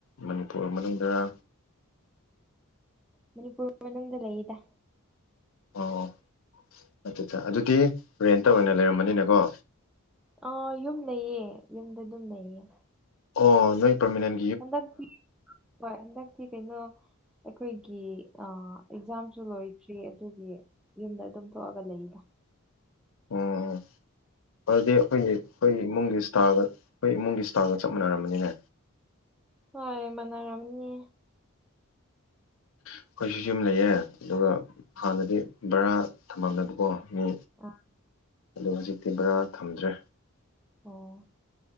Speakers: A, on the left; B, in the centre.
A: ꯃꯅꯤꯄꯨꯔ ꯃꯅꯨꯡꯗꯔꯥ
B: ꯃꯅꯤꯄꯨꯔ ꯃꯅꯨꯡꯗ ꯂꯩꯗ
A: ꯑꯣ ꯑꯗꯨꯗ ꯑꯗꯨꯗꯤ ꯔꯦꯟꯇ ꯑꯣꯏꯅ ꯂꯩꯔꯝꯃꯥꯅꯤꯅꯦꯀꯣ
B: ꯑꯥ ꯌꯨꯝ ꯂꯩꯌꯦ ꯌꯨꯝꯗ ꯑꯗꯨꯝ ꯂꯩꯌꯦ
A: ꯑꯣ ꯅꯣꯏ ꯄꯔꯃꯤꯅꯦꯟ
B: ꯍꯟꯗꯛꯀꯤ ꯍꯣꯏ ꯍꯟꯗꯛꯀꯤ ꯀꯩꯅꯣ ꯑꯩꯈꯣꯏꯒꯤ ꯑꯥ ꯑꯦꯛꯖꯥꯝꯁꯨ ꯂꯣꯏꯈ꯭ꯔꯦ ꯑꯗꯨꯒꯤ ꯌꯨꯝꯗ ꯑꯗꯨꯝ ꯊꯣꯛꯑꯒ ꯂꯩꯗ
A: ꯑꯣ ꯑꯗꯨꯗꯤ ꯑꯩꯈꯣꯏꯒꯤ ꯑꯩꯈꯣꯏꯒꯤ ꯏꯃꯨꯡꯒꯤ ꯏꯁꯇꯥꯗ ꯈꯣꯏ ꯏꯃꯨꯡꯒꯤ ꯁ꯭ꯇꯥꯜꯒ ꯆꯞ ꯃꯥꯟꯅꯔꯝꯃꯅꯤꯅꯦ
B: ꯍꯣꯏ ꯃꯥꯟꯅꯔꯝꯅꯤ
A: ꯑꯩꯈꯣꯏꯁꯨ ꯌꯨꯝ ꯂꯩꯌꯦ ꯑꯗꯨꯒ ꯍꯥꯟꯅꯗꯤ ꯕꯔꯥ ꯊꯝꯃꯝꯃꯦꯕ ꯀꯣ ꯃꯤ
B: ꯑ
A: ꯑꯗꯨ ꯍꯧꯖꯤꯛꯇꯤ ꯕꯔꯥ ꯊꯝꯗ꯭ꯔꯦ
B: ꯑꯣ